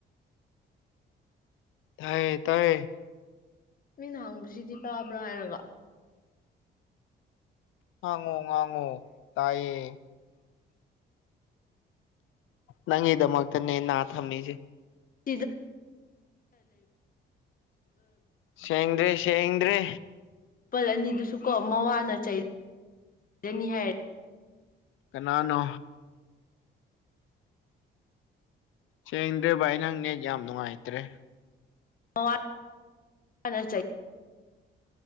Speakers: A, on the left; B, on the left.
A: ꯊꯌꯦ ꯇꯥꯏꯌꯦ
B: ꯃꯤꯅ ꯍꯡꯕꯁꯤꯗꯤ ꯇꯥꯕ꯭ꯔꯥ ꯍꯥꯏꯔꯒ
A: ꯉꯥꯡꯉꯣ ꯉꯥꯡꯉꯣ ꯇꯥꯏꯌꯦ ꯅꯪꯒꯤꯗꯃꯛꯇꯅꯦ ꯅꯥ ꯊꯝꯃꯤꯁꯦ
B: <inaudible>
A: ꯁꯦꯡꯗ꯭ꯔꯦ ꯁꯦꯡꯗ꯭ꯔꯦ
B: ꯄꯜ ꯑꯅꯤꯗꯨꯁꯨ ꯀꯣ ꯃꯋꯥꯅ ꯆꯩ ꯔꯅꯤ ꯍꯥꯏ
A: ꯀꯅꯥꯅꯣ ꯁꯦꯡꯗ꯭ꯔꯦ ꯚꯥꯏ ꯅꯪ ꯅꯦꯠ ꯌꯥꯝ ꯅꯨꯡꯉꯥꯏꯇ꯭ꯔꯦ
B: ꯃꯋꯥꯅ ꯆꯩ